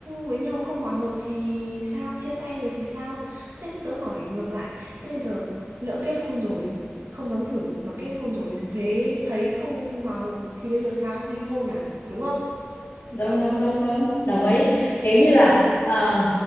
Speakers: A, on the right (about 75°); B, on the left (about 75°).
A: với nhau không hòa hợp thì sao chia tay rồi thì sao thế tớ hỏi ngược lại thế bây giờ lỡ kết hôn rồi không sống thử mà kết hôn rồi thế thấy không hòa hợp thì bây giờ sao ly hôn à đúng không
B: đúng đúng đúng đúng đồng ý
A: Ừ.
B: kiểu như là ờ,